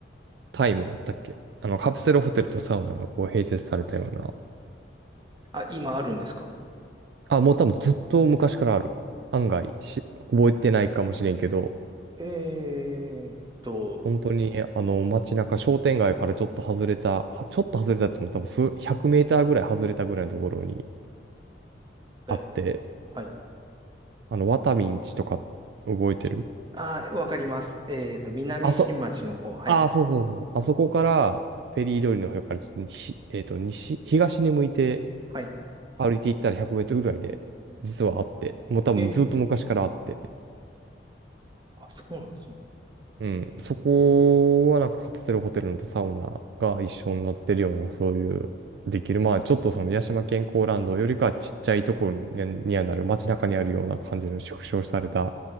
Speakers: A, on the right; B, on the right.
A: タイムだったっけあの、カプセルホテルとサウナがこう併設されたような。
B: あ、今あるんですか
A: あ、もう多分ずっと昔からある。案外し、覚えてないかもしれんけど、
B: えーっと、
A: 本当に、あの、街中、商店街からちょっと外れた、はちょっと外れたっても多分数、100メーターぐらい外れたぐらいのところに
B: え
A: あって、
B: はい。
A: あの、ワタミンチとか覚えてる
B: あー、わかります。えーっと、南新町の方。
A: あそ、
B: はい。
A: ああ、そうそうそう。あそこから、フェリー通りの方からちょっと西、えっと、西、東に向いて
B: はい
A: 歩いていったら100メートルぐらいで、実はあって、もう多分ずっと昔からあって、
B: えー、あ、そうなんですね。
A: うん。そこはなんかカプセルホテルのとサウナが一緒になってるような、そういう、できる。まあ、ちょっとその八島健康ランドよりかはちっちゃいところに、にはなる、街中にあるような感じの縮小された